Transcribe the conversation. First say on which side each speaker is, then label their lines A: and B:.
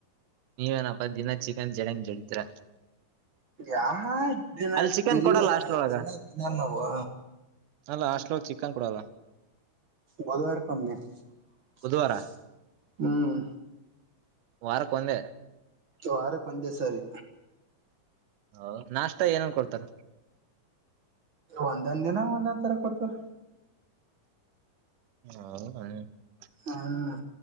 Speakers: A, on the right; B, on the right.
A: ನೀವ ಏನಪ್ಪ ದಿನ ಚಿಕನ್ ಜಡಂಗನ್ ಜಳಿತರ
B: ಯಾವ ದಿನ
A: ಅಲ್ಲಿ ಚಿಕನ್
B: ಇಲ್
A: ಕೊಡಲ್ಲ ಹಾಸ್ಟ್ಲ್ ಒಳಗ
B: ದಿನ ತಿಿನಲ್ಲವು
A: ಅಲ್ಲ ಹಾಸ್ಟ್ಲ ಚಿಕಕ್ಕನ್ ಕೊಡೋದ
B: ಗದವಾರಕಮ್ಮೆ <unintelligible>
A: ಬುಧವಾರ
B: ಹ್ಮ್
A: ವಾರಕ್ಕ ಒಂದೆ
B: ವಾರ ಕೊಂದೆಸಾರಿ
A: ಹ ನಾಷ್ಟಾ ಏನನ್ ಕೊಡ್ತಾರ
B: ಒಂದೊಂದ್ ದಿನ ಒಂದೊಂದ್ ತರ ಕೊಡ್ತರ
A: <unintelligible>
B: ಹ್ಮ <unintelligible>